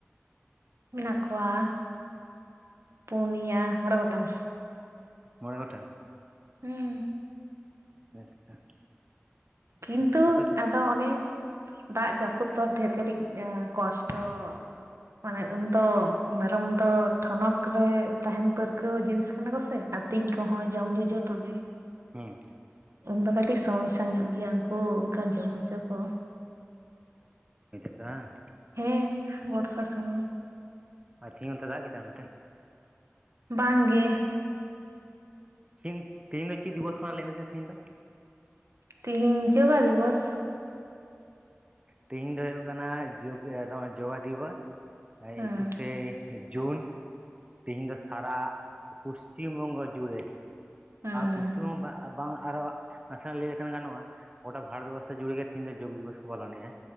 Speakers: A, on the right (about 75°); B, on the right (about 25°).
A: ᱢᱮᱱᱟᱜ ᱠᱚᱣᱟ ᱯᱩᱱᱭᱟ ᱢᱚᱬᱮ ᱜᱚᱴᱟᱝ
B: ᱢᱚᱬᱮᱸ ᱜᱚᱴᱟᱝ
A: ᱦᱮᱸ
B: ᱟᱪᱪᱷᱟ
A: ᱠᱤᱱᱛᱩ
B: ᱟᱯᱮ ᱥᱮᱫ
A: ᱟᱫᱚ ᱚᱱᱮ ᱫᱟᱜ ᱡᱟᱹᱯᱩᱫ ᱛᱚ ᱰᱷᱮᱨ ᱠᱟᱹᱴᱤᱡ ᱠᱚᱥᱴᱚ᱾ ᱢᱟᱱᱮ ᱩᱱᱫᱚ ᱢᱮᱨᱚᱢ ᱫᱚ ᱴᱷᱚᱱᱚᱠ ᱨᱮ ᱛᱟᱦᱮᱸᱱ ᱯᱟᱹᱨᱠᱟᱹᱣ ᱡᱤᱱᱤᱥ ᱠᱟᱱᱟ ᱠᱚᱥᱮ ᱛᱤᱧ ᱠᱚᱦᱚᱸ ᱡᱚᱢᱧᱚ ᱛᱚᱵᱮ
B: ᱦᱩᱸ
A: ᱩᱱ ᱫᱚ ᱠᱟᱹᱴᱤᱡ ᱥᱚᱢᱚᱥᱥᱟ ᱧᱚᱜ ᱜᱮᱭᱟ ᱚ ᱚᱱᱠᱟ ᱡᱚᱢ ᱦᱚᱪᱚ ᱠᱚ
B: ᱦ <unintelligible>
A: ᱦᱮᱸ ᱵᱚᱨᱥᱟ ᱥᱚᱢᱚᱭ
B: ᱟᱨ ᱛᱤᱦᱤᱧ ᱚᱱᱛᱮ ᱫᱟᱜ ᱠᱮᱫᱟᱭ ᱚᱱᱛᱮ?
A: ᱵᱟᱝ ᱜᱮ
B: ᱛᱮᱦᱮᱧ ᱛᱮᱦᱤᱧ ᱫᱚ ᱪᱮᱫ ᱫᱤᱵᱚᱥ ᱢᱟ ᱞᱟᱹᱭ ᱢᱮᱥᱮ ᱛᱮᱦᱤᱧ ᱫᱚ
A: ᱛᱤᱦᱤᱧ ᱡᱳᱜᱟ ᱫᱤᱵᱚᱥ᱾
B: ᱛᱮᱦᱤᱧ ᱫᱚ ᱦᱩᱭᱩᱜ ᱠᱟᱱᱟ ᱡᱚᱜ ᱡᱳᱜᱟ ᱫᱤᱵᱚᱥ
A: ᱦᱮᱸ
B: ᱮᱠᱩᱥᱮ ᱡᱩᱱ ᱛᱮᱦᱮᱧ ᱫᱚ ᱥᱟᱨᱟ ᱯᱚᱥᱪᱤᱢ ᱵᱚᱝᱜᱚ ᱡᱩᱲᱮ
A: ᱦᱮᱸ
B: ᱯᱚᱥᱪᱤᱢ ᱵᱟᱝ <unintelligible> ᱟᱨᱚ ᱱᱟᱥᱮᱱᱟᱜ ᱞᱟᱹᱭ ᱞᱮᱠᱷᱟᱱ ᱜᱟᱱᱚᱜᱼᱟ ᱜᱚᱴᱟ ᱵᱷᱟᱨᱚᱛᱵᱚᱨᱥᱚ ᱡᱩᱲᱮᱜ ᱜᱮ ᱛᱮᱤᱦᱤᱧ ᱫᱚ ᱡᱳᱜᱽ ᱫᱤᱵᱚᱥ ᱠᱚ ᱯᱟᱞᱚᱱᱮᱫᱼᱟ᱾